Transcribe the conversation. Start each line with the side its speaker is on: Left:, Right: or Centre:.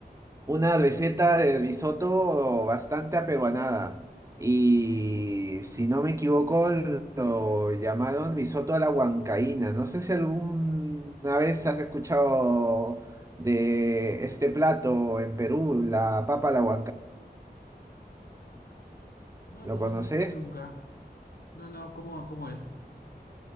Right: una receta de risotto bastante aperuanada. Y si no me equivoco, lo llamaron risotto a la huancaína. No sé si alguna vez has escuchado de este plato en Perú, la papa a la huancaína.
Left: No,
Right: ¿Lo
Left: no,
Right: conoces?
Left: no escucho nunca. No, no, ¿cómo, cómo es?